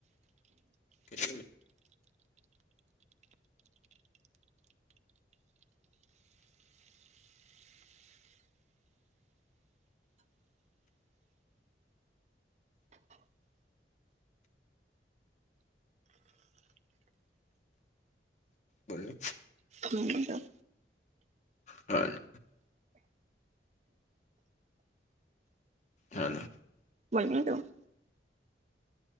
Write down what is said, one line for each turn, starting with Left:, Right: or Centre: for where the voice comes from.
Left: <unintelligible> બોલની.
Right: હમ તો.
Left: હલ. હલો.
Right: બોલની તું.